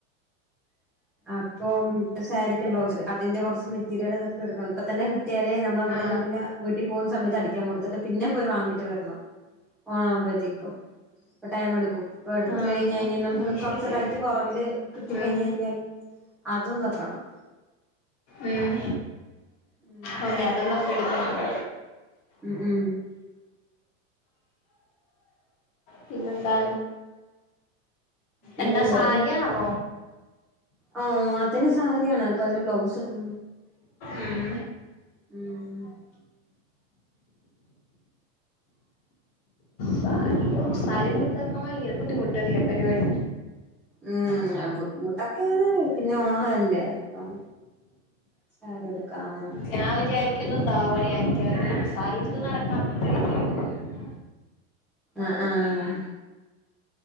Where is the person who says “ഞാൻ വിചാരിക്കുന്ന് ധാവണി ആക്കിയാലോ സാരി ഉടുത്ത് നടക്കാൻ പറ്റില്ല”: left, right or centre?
Left